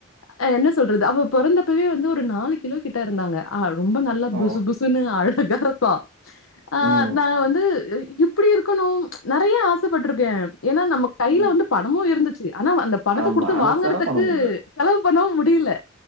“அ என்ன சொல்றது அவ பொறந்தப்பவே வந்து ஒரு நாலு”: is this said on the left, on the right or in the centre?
Left